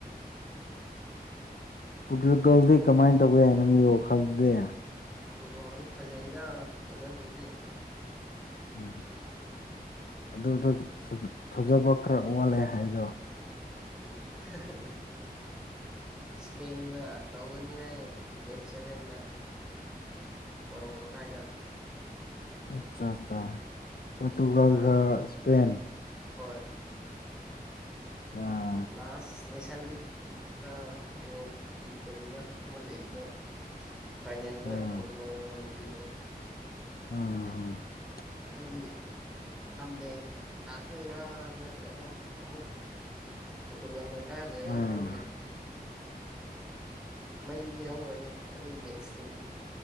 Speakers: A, on the left; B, in the centre.
A: ꯄꯨꯇꯨꯒꯜꯗꯤ ꯀꯃꯥꯏ ꯇꯧꯒꯦ ꯅꯪꯒꯤ ꯋꯥꯈꯜꯗꯗꯤ
B: ꯄꯣꯔꯇꯨꯒꯜꯁꯨ ꯐꯖꯩꯗ ꯐꯖꯕꯕꯨꯗꯤ
A: ꯎꯝ ꯑꯗꯨꯗ ꯊꯖꯕ ꯈꯔ ꯋꯥꯠꯂꯦ ꯍꯥꯏꯗꯣ
B: <unintelligible> ꯏꯁꯄꯦꯟꯒ ꯇꯧꯒꯅꯤ ꯍꯥꯏꯌꯦ ꯗꯦꯠ ꯁꯦꯚꯦꯟꯗ ꯕꯥꯔꯣ ꯃꯈꯥꯏꯗ
A: ꯑꯆꯥ ꯆꯥ ꯄꯣꯇꯨꯒꯜꯒ
B: ꯅꯍꯥꯟ
A: ꯏꯁꯄꯦꯟ
B: ꯍꯣꯏ
A: <unintelligible>
B: ꯂꯥꯁ ꯅꯦꯁꯟ ꯂꯤꯒ ꯔ ꯌꯨꯔꯣꯞꯀꯤ ꯀꯔꯤꯔꯥ ꯑꯃ ꯂꯩꯕꯗ ꯐꯥꯏꯅꯦꯜꯗ
A: ꯑꯥ
B: ꯄꯣꯔꯇꯨꯒꯜꯅ ꯉꯝꯈꯤꯕꯗꯣ
A: <unintelligible>
B: ꯑꯗꯨꯒꯤ ꯀꯝꯕꯦꯛ ꯂꯥꯛꯇꯣꯏꯔꯥ ꯅꯠꯇ꯭ꯔꯒ ꯑꯃꯨꯛ ꯄꯣꯔꯇꯨꯒꯜꯅ ꯀꯥꯗꯣꯏꯔꯥ
A: ꯑꯥ
B: ꯈꯪꯗ꯭ꯔꯦ ꯃꯩꯗꯤ ꯍꯧꯔꯅꯤ ꯑꯗꯨ ꯃꯦꯠꯁꯇꯨꯗꯤ